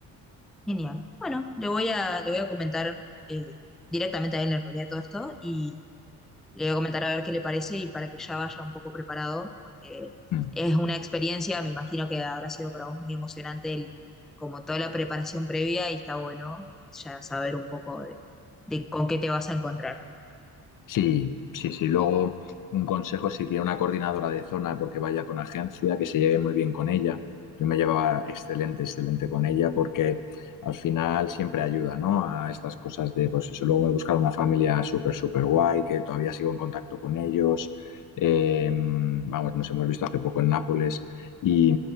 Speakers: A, in the centre; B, on the left.
A: Genial. Bueno, le voy a, le voy a comentar eh, directamente a él en realidad todo esto y le voy a comentar a ver qué le parece y para que ya vaya un poco preparado, porque
B: Mm.
A: es una experiencia, me imagino que habrá sido para vos muy emocionante el- como toda la preparación previa y está bueno ya saber un poco de, de con qué te vas a encontrar.
B: Sí, sí, sí. Luego, un consejo si tiene una coordinadora de zona, porque vaya con agencia, que se lleve muy bien con ella. Yo me llevaba excelente, excelente con ella, porque al final siempre ayuda, ¿no? A estas cosas de, pues eso, luego me buscaron una familia súper, súper guay, que todavía sigo en contacto con ellos. Eh, vamos, nos hemos visto hace poco en Nápoles. Y,